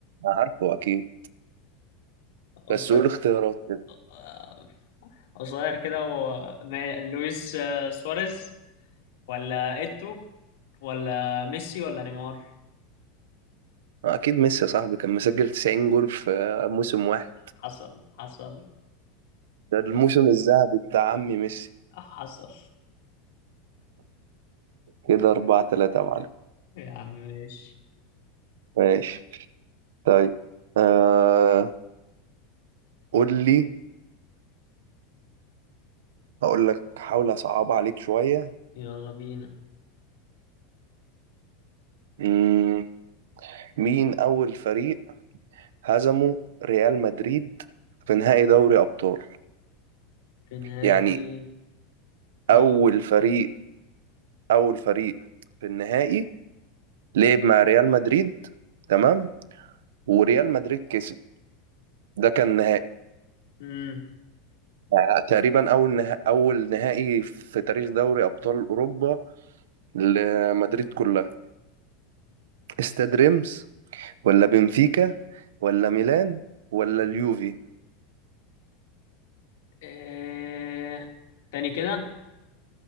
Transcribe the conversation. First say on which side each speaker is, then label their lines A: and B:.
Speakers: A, on the right; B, on the left.
A: أنا عارفه أكيد
B: قصير
A: بس قول اختيارات كده
B: آه، قصير كده و... ما- لويس آه، سواريز ولا إيتو ولا ميسي ولا نيمار
A: آه، أكيد ميسي يا صاحبي كان مسجل 90 جول في موسم واحد
B: حصل حصل
A: ده الموسم الذهبي بتاع عمي ميسي
B: حصل
A: كده أربعة تلاتة يا معلم
B: يا عم ماشي
A: ماشي طيب آه قول لي هقول لك حاول اصعب عليك شوية
B: يلا بينا
A: مم، مين اول فريق هزمه ريال مدريد في نهائي دوري ابطال
B: في نهائي
A: يعني اول
B: اه
A: فريق اول فريق في النهائي لعب مع ريال مدريد تمام وريال مدريد كسب ده كان نهائي
B: امم
A: آه، تقريبا اول نه... اول نهائي في تاريخ دوري ابطال اوروبا لمدريد كلها استاد ريمس ولا بنفيكا ولا ميلان ولا اليوفي
B: إيه... تاني كده